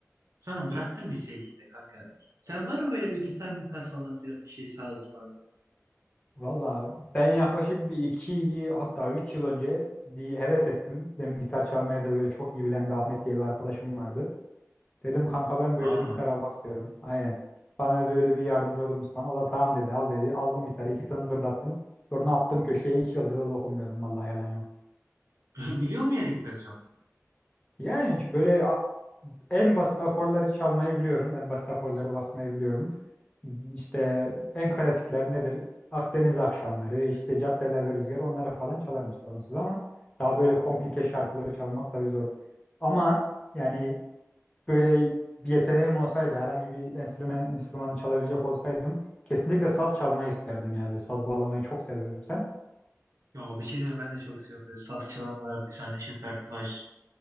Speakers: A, on the right; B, on the left.
A: Sonra bıraktım liseye işte kanka. Sen var mı böyle bir gitar gitar falan filan bir şey sazmaz?
B: Valla ben yaklaşık bir iki hatta üç yıl önce bir heves ettim. Benim gitar çalmaya da böyle çok iyi bilen bir Ahmet diye bir arkadaşım vardı. Dedim kanka ben böyle
A: Aa
B: bir gitar almak istiyorum. Aynen. Bana böyle bir yardımcı olur musun falan. O da tamam dedi al dedi. Aldım gitarı iki tıngırdattım. Sonra attım köşeye iki yıldır da dokunmuyorum vallahi yalan yok.
A: <laughs> Biliyor mu yani gitar çalmayı?
B: Yani c- böyle a- En basit akorları çalmayı biliyorum. En basit akorları basmayı biliyorum. İşte en klasikler nedir? Akdeniz akşamları, işte caddelerde rüzgar onları falan çalarım sorunsuz ama daha böyle komplike şarkıları çalmak tabii zor. Ama yani böyle bir yeteneğim olsaydı, herhangi bir enstrüman, enstrümanı çalabilecek olsaydım kesinlikle saz çalmayı isterdim ya. Böyle saz bağlamayı çok seviyorum sen.
A: Ya bir şey diyeyim mi? ben de çok seviyorum. Böyle saz çalanlar, bir tane Neşet Taş